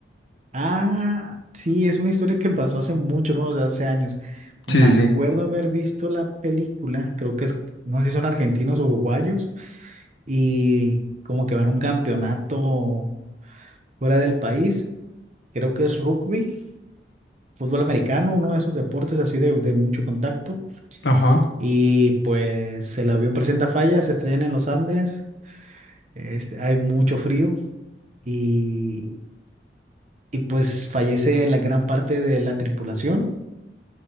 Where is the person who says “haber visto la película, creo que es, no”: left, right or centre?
Right